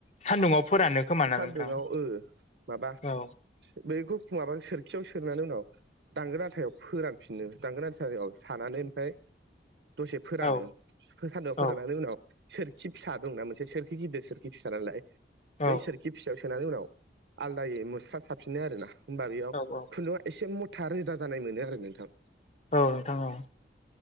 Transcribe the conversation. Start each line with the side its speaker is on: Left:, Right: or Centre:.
Left: सान्दुङाव फोरानो। खोमाना
Right: सान्दुंआव
Left: नोंथां
Right: ओ माबा
Left: औ
Right: बैखौ माबा सोरखियाव सोनानै उनाव दांगोन आथायाव फोरानफिनो दांगोन आथायायाव सानानै ओमफ्राय दसे फोरानो
Left: औ
Right: सानदुंआव
Left: औ
Right: फोराननानै उनाव सोरखि फिसा दंना मोनसे सोरखि गिदिर सोरखि फिसा नालाय।
Left: औ
Right: बै सोरखि फिसायाव सोनानै उनाव आलदायै मुस्रा साफिनो आरो ना? होमबा बेयाव
Left: औ औ
Right: खुन्दुआ एसे मुथा रोजा जानाय मोनो आरो नोंथां।
Left: औ नोंथां औ